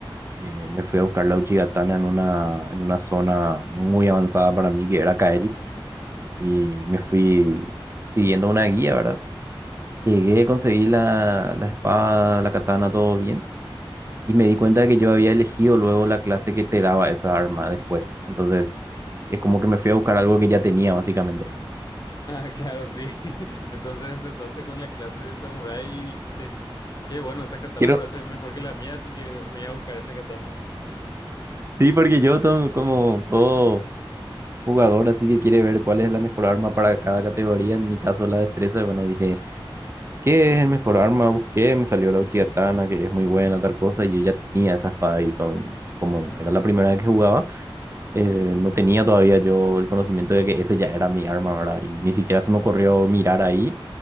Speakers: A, on the right; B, on the left.
A: eh, me fui a buscar la Uchi Katana en una, en una zona muy avanzada para mí, que era Kaelit, y me fui siguiendo una guía, ¿verdad? Llegué, conseguí la, la espada, la katana, todo bien. Y me di cuenta de que yo había elegido luego la clase que te daba esa arma después. Entonces, es como que me fui a buscar algo que ya tenía, básicamente.
B: Ah, claro, sí. <laughs> Entonces empezaste con la clase de samurái y dijiste... Qué bueno, esta katana
A: Quiero,
B: parece mejor que la mía, así que me voy a buscar esta katana.
A: sí, porque yo to- como todo jugador, así que quiere ver cuál es la mejor arma para cada categoría. En mi caso, la destreza. Bueno, dije, ¿qué es el mejor arma? Busqué, me salió la Uchiha Tana, que es muy buena, tal cosa. Y yo ya tenía esa espada y con, como era la primera vez que jugaba, eh, no tenía todavía yo el conocimiento de que ese ya era mi arma, ¿verdad? Y ni siquiera se me ocurrió mirar ahí.